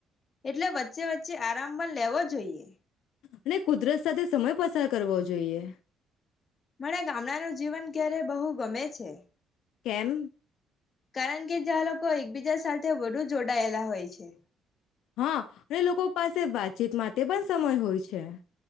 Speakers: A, on the left; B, on the left.
A: એટલે વચ્ચે વચ્ચે આરામ પણ લેવો જોઈએ
B: અને કુદરત સાથે સમય પસાર કરવો જોઈએ
A: મને ગામડા ન જીવન ક્યારે બહું ગમે છે
B: કેમ
A: કારણ કે જ્યાં લોકો એકબીજા સાથે વધુ જોડાયેલા હોય છે
B: હા ને લોકો પાસે વાતચીત માટે પણ સમય હોય છે